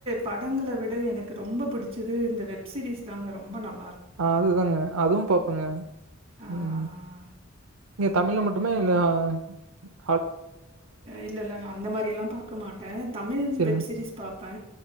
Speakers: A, on the right; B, on the right.
A: படங்கள விட எனக்கு ரொம்ப புடிச்சது இந்த வெப் சீரிஸ் தாங்க ரொம்ப நல்
B: ஆ அதுதாங்க அது பாப்போங்க
A: ஆ.
B: ம். நீங்க தமிழ்ல மட்டுமே இல்ல அ அ
A: இல்ல இல்ல அந்த மாரிலா பாக்க மாட்டே தமிழ்
B: சரிங்க
A: வெப் சீரிஸ் பாப்பே